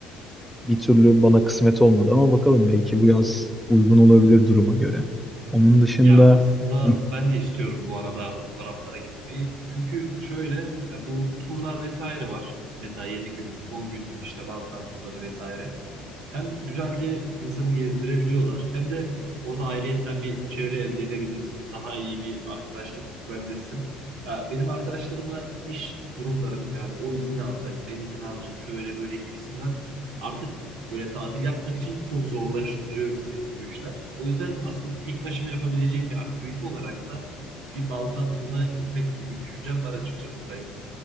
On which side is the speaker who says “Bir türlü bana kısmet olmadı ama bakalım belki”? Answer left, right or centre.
Centre